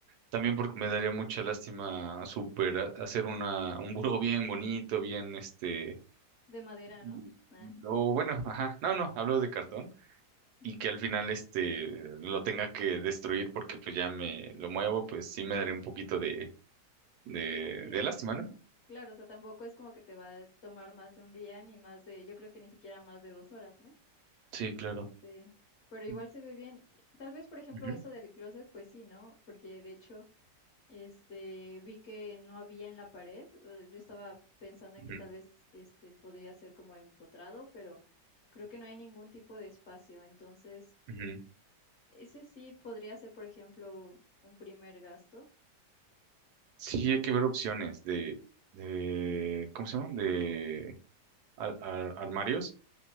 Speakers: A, on the right; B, on the left.
A: También porque me daría mucha lástima super hacer una, un buró bien bonito, bien, este,
B: de madera,
A: Mm,
B: ¿no? Ah.
A: O bueno, ajá, no, no, hablo de cartón
B: <laughs>
A: y que al final este lo tenga que destruir porque pues ya me lo muevo, pues sí me daría un poquito de, de,
B: Sí,
A: de lástima,
B: sí, sí.
A: ¿no?
B: Claro, o sea, tampoco es como que te va a tomar más de un día, ni más de, yo creo que ni siquiera más de dos horas, ¿no?
A: Sí, claro.
B: Este, pero igual
A: Mm,
B: se ve bien. Y Tal vez, por ejemplo,
A: ujú,
B: eso del closet, pues sí, ¿no? Porque de hecho, este, vi que no había en la pared. eh, Yo estaba pensando
A: ujú,
B: en que tal vez, este, podría ser como empotrado, pero creo que no hay ningún tipo de espacio. Entonces,
A: ujú.
B: ese sí podría ser, por ejemplo, un primer gasto.
A: Sí,
B: Mm,
A: hay que ver opciones de, de, ¿cómo se llaman De ar- ar- armarios